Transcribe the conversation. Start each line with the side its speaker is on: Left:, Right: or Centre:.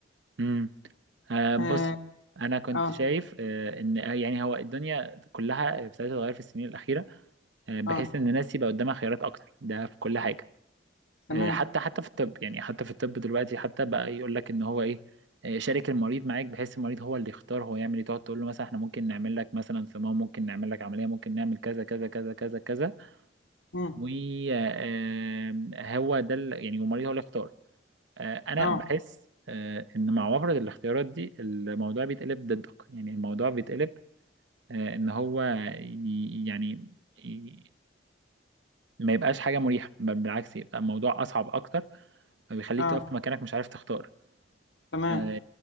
Right: مم. آه بص
Left: اه
Right: انا كنت
Left: اه,
Right: شايف آه ان آه، يعني هو الدنيا كلها ابتدت تتغير في السنين الاخيره آه بحيث
Left: آه.
Right: ان الناس يبقى قدامها خيارات اكتر ده في كل حاجه
Left: تمام
Right: آه، حتى حتى في الطب يعني حتى في الطب دلوقتي حتى بقى يقول لك ان هو ايه آه، شارك المريض معاك بحيث المريض هو اللي يختار هو يعمل ايه تقعد تقول له مثلا احنا ممكن نعمل لك مثلا صمام ممكن نعمل لك عمليه ممكن نعمل كذا كذا كذا كذا كذا
Left: مم.
Right: وهو ده ال- يعني والمريض هو اللي يختار آه، انا
Left: اه
Right: بحس آه، ان مع وفرة الاختيارات دي الموضوع بيتقلب ضدك يعني الموضوع بيتقلب آه، ان هو ي- يعني ي- ما يبقاش حاجه مريحه بل بالعكس يبقى الموضوع اصعب اكتر فبيخليك
Left: اه
Right: تقف في مكانك مش عارف تختار
Left: تمام
Right: آه،